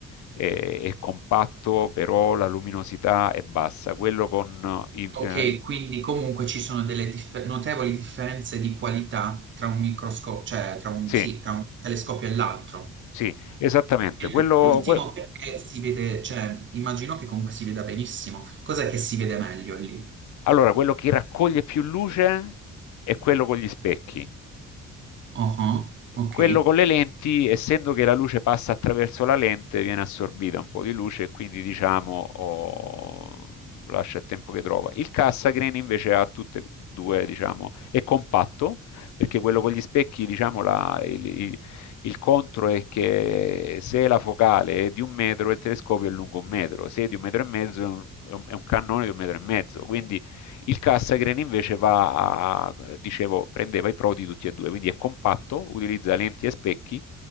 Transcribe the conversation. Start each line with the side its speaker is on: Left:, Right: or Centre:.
Left: è, è compatto, però la luminosità è bassa, quello con i... eh,
Right: Ok, quindi comunque ci sono delle differ- notevoli differenze di qualità tra un microscopio, cioè tra un,
Left: sì,
Right: sì, tra un telescopio e l'altro.
Left: Sì, esattamente.
Right: E
Left: Quello,
Right: l'ultimo
Left: que-
Right: perché si vede, cioè immagino che comunque si veda benissimo. Cos'è che si vede meglio lì?
Left: allora, quello che raccoglie più luce è quello con gli specchi.
Right: Ah, Ok.
Left: Quello con le lenti, essendo che la luce passa attraverso la lente, viene assorbita un po' di luce e quindi diciamo oh, lascia il tempo che trova. Il Cassagrain invece ha tutte e due, diciamo, è compatto, perché quello con gli specchi, diciamo, la, il, il, il contro è che se la focale è di un metro, il telescopio è lungo un metro, se è di un metro e mezzo, è un, è un cannone di un metro e mezzo. Quindi il Cassagren invece va a, dicevo, prendeva i pro di tutti e due, quindi è compatto, utilizza lenti e specchi